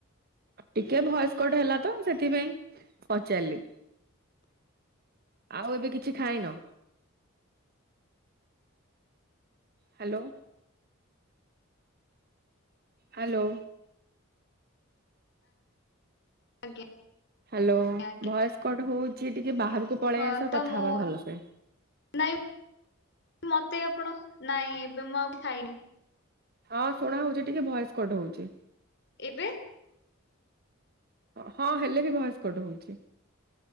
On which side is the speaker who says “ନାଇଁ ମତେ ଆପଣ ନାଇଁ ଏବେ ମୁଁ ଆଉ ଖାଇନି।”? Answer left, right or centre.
Left